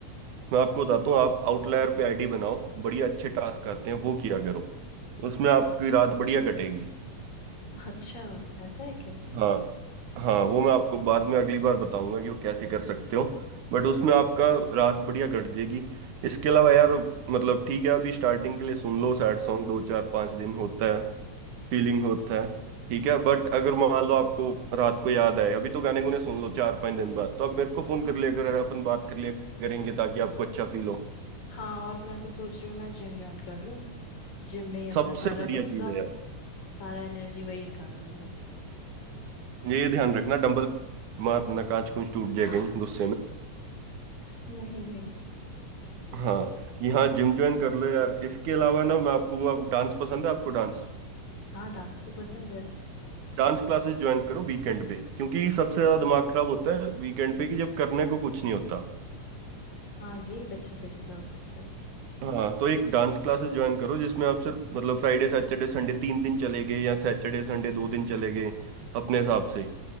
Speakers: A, on the right; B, on the left.
A: मैं आपको बताता हूँ आप आउटलायर पे आईडी बनाओ बढ़िया अच्छे टास्क आते हैं वो किया करो उसमें आपकी रात बढ़िया कटेगी
B: अच्छा ऐसा है क्या
A: हाँ हाँ वो मैं आपको बाद में अगली बार बताऊंगा कि वो कैसे कर सकते हो बट उसमें आपका रात बढ़िया कट जाएगी इसके अलावा यार मतलब ठीक है अभी स्टार्टिंग के लिए सुन लो सैड सॉन्ग दो चार पाँच दिन होता है फीलिंग होता है ठीक है बट अगर मान लो आपको रात को याद आए अभी तो गाने गुने सुन लो चार पाँच दिन बाद तो आप मेरे को फोन कर लिया अगर अपन बात कर लिया करेंगे ताकि आपको अच्छा फील हो
B: हाँ और मैं तो सोच रही हूँ मैं जिम ज्वाइन कर लूँ जिम में ही अपना
A: सबसे
B: सारा
A: बढ़िया
B: गुस्सा
A: चीज़ है यार
B: सारा एनर्जी वही निकाल दूंगी
A: ये ध्यान रखना डंबल मार देना कांच कुंच टूट जाएगा
B: <laughs>
A: ही गुस्से में
B: नहीं नहीं
A: हाँ यहाँ जिम ज्वाइन कर लो यार इसके अलावा ना मैं आपको आपको डांस पसंद है आपको डांस
B: हाँ डांस तो पसंद है
A: डांस क्लासेस ज्वाइन करो वीकेंड पे क्योंकि सबसे ज्यादा दिमाग खराब होता है वीकेंड पे कि जब करने को कुछ नहीं होता
B: हाँ ये एक अच्छा तरीका हो सकता है
A: हाँ तो एक डांस क्लासेस ज्वाइन करो जिसमें आप सिर्फ मतलब फ्राइडे सैटरडे संडे तीन दिन चले गए या सैटरडे संडे दो दिन चले गए अपने हिसाब से